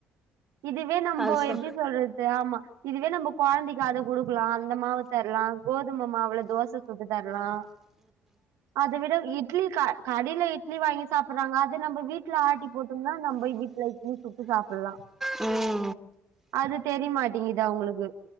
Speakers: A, on the right; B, in the centre.
A: இதுவே நம்போ
B: அது சொ
A: எப்டி சொல்றது ஆமா இதுவே நம்ம கொழந்தைக்கு அத குடுக்கலா அந்த மாவு தரலா கோதும மாவுல தோச சுட்டு தர்லா அத விட இட்லி க கடையில இட்லி வாங்கி சாப்புட்றாங்க அத நம்ம வீட்ல ஆட்டி போட்டோம்னா நம்ப வீட்ல நீ சுட்டு சாப்புல்லா
B: ம்
A: அது தெரியமாட்டேங்குது அவங்களுக்கு